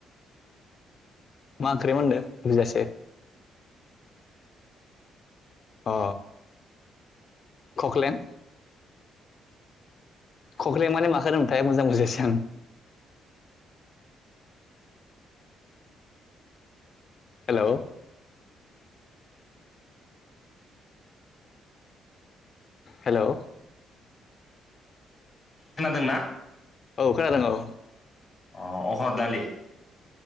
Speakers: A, on the left (about 50°); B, on the left (about 20°).
A: मा ओंख्रि होनदो बुजियासै। अ। खख्लें? खख्लें माने माखो होनोमोनथाय मोजां बुजायासै आं। हेलौ हेलौ
B: खोनादों ना?
A: औ खोनादों औ।
B: अ अहर दालि